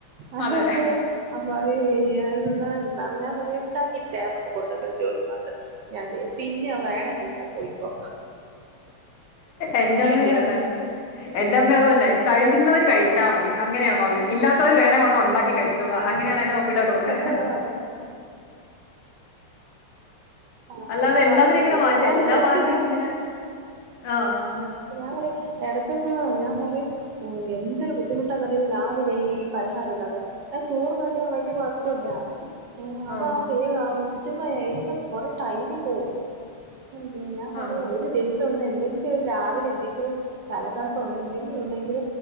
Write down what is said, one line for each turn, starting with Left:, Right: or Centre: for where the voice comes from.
Right: അഹ്
Left: അതെ
Right: അപ്പോ <unintelligible> <unintelligible> തിന്ന്ണെ തിന്നാതെ ഞാൻ പറയും ഇണ്ടാക്കീട്ട് ടേബ്ൾമെ കൊടുന്നക്ക്ണ ജോലി മാത്രം. ഞാൻ ചെയ്യ തിന്നാ വേണേ തിന്നോ പോയി ക്കോ
Left: എന്റമ്മേം
Right: ഇല്ലാതെ
Left: ഇത് തന്നെ എന്റമ്മേം അത് തന്നെ കഴിക്ക്ന്നവര് കഴിച്ചാ മതി അങ്ങനെയാണ് മമ്മി ഇല്ലാ ത്തവര് വേണേ വന്ന് ഉണ്ടാക്കി
Right: ആഹ്
Left: കഴിച്ചോളാ
Right: ആഹ്
Left: അങ്ങനെയാണ് എന്റെ മമ്മീടെ ടോക്ക്.
Right: അതെ ആ
Left: അല്ലാതെ
Right: അപ്പാണ്
Left: എല്ലാത്തിനും ഇങ്ങനെ
Right: പിന്നെ
Left: വാശി
Right: എന്തായാലും
Left: എല്ലാ
Right: എടക്ക്
Left: വാശിക്കും
Right: ഞാൻ
Left: ഇങ്ങനെ ആഹ്
Right: ആ അപ്പൊ ഞാൻ പറയും എടക്കൊക്ക ഞാ പറയും ഏഹ് എന്തൊരു ബുദ്ധിമുട്ടാന്നറിയോ ഈ രാവിലെ ഈ പലഹാരം ഉണ്ടാന്നെ ആ ചോറും കഞ്ഞിം വല്ലിയ കൊഴപ്പുല്ലാ ഏ അതാവും
Left: ആഹ്
Right: വേ ആവു ഇത്‌മ്മയെ ഇത്‌മ്മെ കൊറെ ടൈമ് പോവും അതെ ഞാൻ പറയുവാ
Left: ആഹ്
Right: ഒര് ദിവ് ട്ടുന്ന് എന്തെങ്കിലും രാവിലെ എന്തെങ്കിലും തലകറക്കോ അങ്ങനെ എന്തെങ്കിലും ഉണ്ടെങ്കിൽ